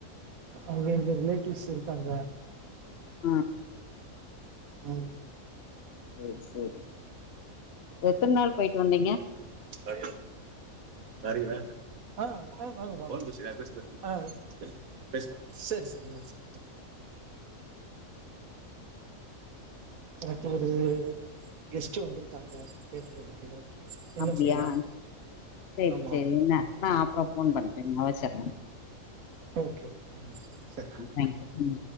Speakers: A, on the right; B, on the left.
A: அங்க எங்க ரிலேட்டிவ்ஸ் இருக்காங்க
B: ம்
A: அவ்
B: செரி செரி எத்தன் நாள் போய்ட்டு வந்தீங்க
A: டையூன் தரியல ஆஹ் ஆஹ் வாங்க வாங்க போன் பேசுறியா பேசு பேசு ஆஹ் பேசு பேசு பேசுப்பா சரி சரி ஆஹ் சரி இன்னைக்கு ஒரு கெஸ்ட்டு வந்ருக்காங்க பேசுறதுக்கு என்ன
B: அப்டியா
A: செய்யலாம்
B: செரி
A: ஆமா
B: செரி என்ன நா அப்புறோ ஃபோன் பண்றேங்க வச்சுர்ற
A: ஓகே ஓகே ம் சரி
B: தேங்க்யூ ம்